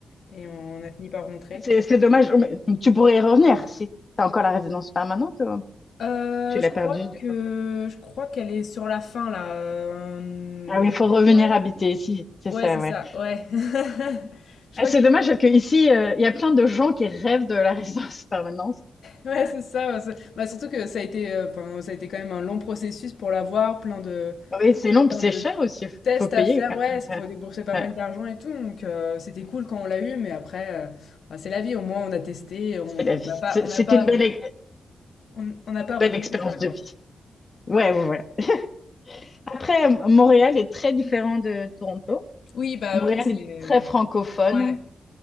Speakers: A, on the left; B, on the left.
A: et on a fini par rentrer.
B: C'est, c'est dommage. Mais tu pourrais y revenir si t'as encore la résidence permanente ou
A: Euh,
B: tu l'as
A: je crois
B: perdue du
A: que
B: coup.
A: je crois qu'elle est sur la fin là. Euh,
B: Ah oui, il faut revenir
A: Ouais,
B: habiter ici. C'est
A: ouais,
B: ça,
A: c'est ça.
B: ouais.
A: Ouais. <laughs> Je
B: Ah,
A: crois
B: c'est
A: qu'il
B: dommage
A: faut.
B: parce que ici, euh, il y a plein de gens qui rêvent de la <laughs> résidence permanente.
A: Ouais, c'est ça. ouais, c'est- bah, surtout que ça a été, euh, enfin, ça a été quand même un long processus pour l'avoir, plein de,
B: Oui, c'est long,
A: plein
B: puis c'est
A: de
B: cher aussi. Faut
A: tests
B: faut payer
A: à faire.
B: quand
A: Ouais,
B: même.
A: il
B: <laughs>
A: faut débourser pas
B: Ouais,
A: mal
B: ouais.
A: d'argent et tout. Donc euh, c'était cool quand on l'a eu, mais après, euh, bah, c'est la vie. Au moins, on a testé, on
B: C'est la vie.
A: on n'a pas,
B: C'est
A: on n'a
B: c'est
A: pas,
B: une belle,
A: on on n'a pas regretté
B: belle expérience
A: ça, quoi.
B: de vie. Ouais, ouais. ouais. Après, Montréal est très différent de Toronto.
A: Oui, bah
B: Montréal
A: oui, c'est.
B: est très francophone.
A: Ouais.